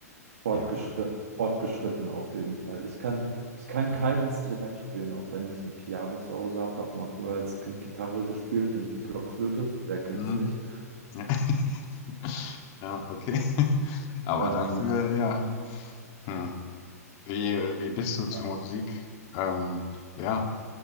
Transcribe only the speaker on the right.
fortgeschritten,
fortgeschritten auf jeden Fall. Ich kann, ich kann
kein Instrument spielen, auch wenn ich ein Piano zu Hause habe. Habe mal früher als Kind Gitarre gespielt und die Blockflöte.
Wer kennt's
nicht?
Ähm,
ja.